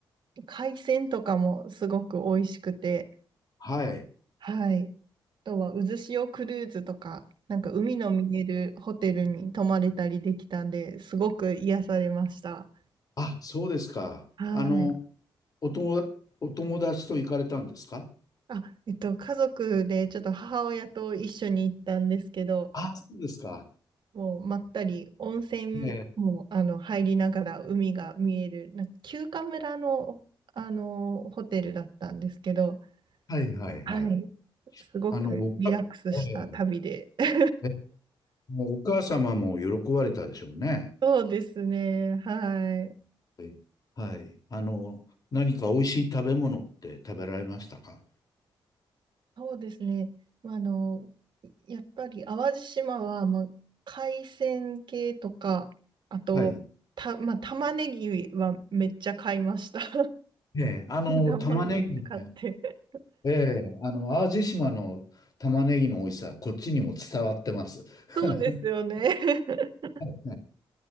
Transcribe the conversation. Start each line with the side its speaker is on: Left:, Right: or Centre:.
Right: 海鮮とかもすごく美味しくて、
Left: はいはい
Right: はい。あとは、渦潮クルーズとか、なんか海の見えるホテルに泊まれたりできたんで、すごく癒されました。
Left: あ、そうですか。
Right: はい。
Left: あの、お友、お友達と行かれたんですか
Right: あ、えっと、家族でちょっと母親と一緒に行ったんですけど、
Left: あ、そうですか。
Right: もうまったり温泉もあの入りながら海が見える、
Left: ええ。
Right: なんか休暇村の、あのホテルだったんですけど、
Left: はい。はい。
Right: はい。
Left: はい。
Right: すごくリラックスした旅で。
Left: あの、おか、ええ。
Right: <laughs>
Left: えもうお母様も喜ばれたでしょうね。
Right: そうですね。はい。
Left: い。はい。あの、何か美味しい食べ物って食べられましたか
Right: そうですね。まあ、あの、やっぱり淡路島は、まあ、海鮮系とか、あと、
Left: はい。
Right: た、まあ、玉ねぎはめっちゃ買いました。<laughs>
Left: ええ、あの、
Right: 新玉をめっちゃ買って。
Left: 玉ねぎね、ええ、あの、淡路島の玉ねぎの美味しさ、こっちにも伝わってます。
Right: <laughs>
Left: <laughs>
Right: そうですよね。<laughs>
Left: はい